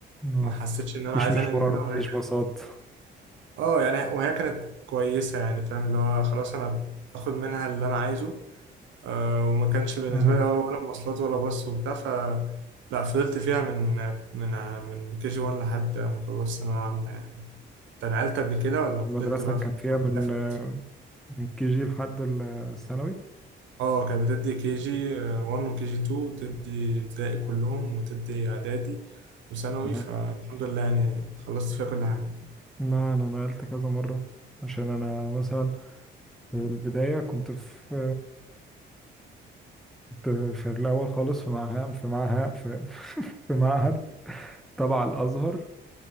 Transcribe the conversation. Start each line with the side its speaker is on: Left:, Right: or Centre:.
Centre: اه
Right: ما حسيتش ان انا
Centre: مفيش
Right: عايز
Centre: مشوار
Right: انقل منها
Centre: مفيش
Right: وهي كانت
Centre: باصات
Right: اه يعني وهي كانت كويسه يعني فاهم اللي هو خلاص انا باخد منها اللي انا عايزه آه وما كانش بالنسبه
Centre: اه
Right: لي اه ولا مواصلات ولا باص وبتاع ف لا فضلت فيها من من من كي جي 1 لحد ما خلصت ثانويه عامه يعني انت نقلت قبل كده ولا فضلت
Centre: المدرسه
Right: بقى
Centre: كان
Right: في
Centre: فيها من
Right: في-
Centre: من كي جي لحد الثانوي
Right: اه كانت بتدي كي جي 1 وكي جي 2 وتدي ابتدائي كلهم وتدي اعدادي وثانوي
Centre: اه
Right: فالحمد لله يعني خلصت فيها كل حاجة
Centre: لا انا نقلت كذا مره عشان انا مثلا في البدايه كنت في كنت في الاول خالص في معهد في معهد في, <laughs> في معهد تبع الازهر